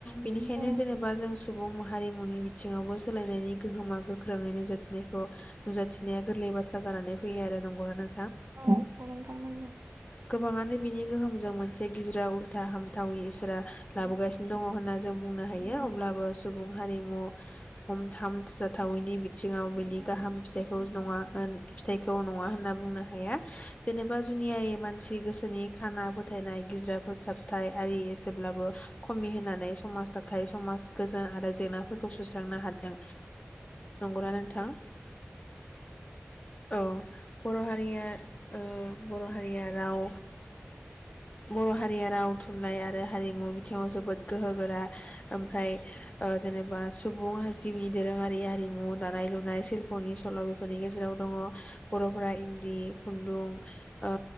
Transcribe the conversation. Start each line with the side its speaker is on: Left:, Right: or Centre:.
Left: बेनिखायनो
Right: औ
Left: जेनेबा जों सुबुं माहा हारिमुनि बिथिङावबो सोलायनायनि गोहोमा गोख्रोङै नुजाथिनायखौ नुजाथिनाया गोरलै बाथ्रा जानानै फैयो आरो नंगौना नों
Right: औ <unintelligible>
Left: गोबाङानो बिनि गोहोमजों मोनसे गिज्राव हामथावै इसोरा लाबोगासिनो दङ होनना जों बुंनो हायो अब्लाबो सुबुं हारिमु हामजाथावैनि बिथिङाव बिनि गाहाम फिथाइखौ नङा फिथाइखौ नङा होनना बुंनो हाया। जेनेबा जुनियायै मानसि गोसोनि खाना फो फोथायनाय गिज्रा फोसाब थाय आरि जेब्लाबो खमि होननानै समाज नाथाय समाज गोजोन आरो जेंनाफोरखौ सुस्रांनो हादों नंगौना नोंथां औ बर' हारिया। ओ बर' हारिया राव बर' हारिया राव थुनलाइ आरो हारिमु बिथिङाव जोबोद गोहो गोरा। ओमफ्राय ओ जेनेबा सुबुं जिउनि दोरोङारि आरिमु दानाय लुनाय सिल्प'नि सल' बेफोरनि गेजेराव दङ बर'फोरा इन्दि खुन्दुं ओ